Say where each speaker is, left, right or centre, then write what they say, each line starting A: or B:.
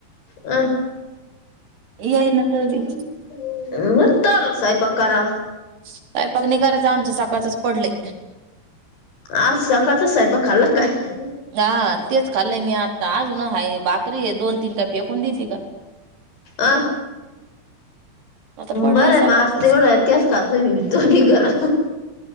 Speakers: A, on the left (about 90°); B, on the right (about 80°).
A: अ.
B: येई ना कधी
A: बरं तवरन स्वयंपाक करा.
B: स्वयंपाक नाय करायचा आमचं सकाळचच पडलय.
A: आ सकाळचाच स्वयंपाक खाल्ला काय?
B: हा तेच खाल्लय मी आत्ता अजून हाय भाकरी आहे दोन तीन का फेकून देते आता.
A: अ.
B: आता पडलंय
A: बरं आहे
B: सकाळचच
A: मास् एवढंतिस त्याच खातय दोघी करा.